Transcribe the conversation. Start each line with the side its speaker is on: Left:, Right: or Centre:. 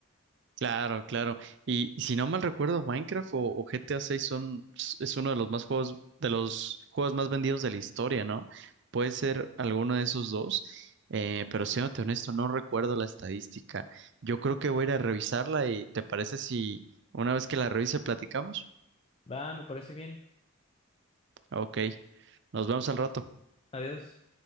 Right: Claro, claro. Y, y si no mal recuerdo, Minecraft o, o GTA 6 son, es uno de los más juegos, de los juegos más vendidos de la historia, ¿no? Puede ser alguno de esos dos, eh, pero siéndote honesto, no recuerdo la estadística. Yo creo que voy a ir a revisarla y ¿te parece si una vez que la revise platicamos?
Left: Va, me parece bien.
Right: Ok, nos vemos al rato.
Left: Adiós.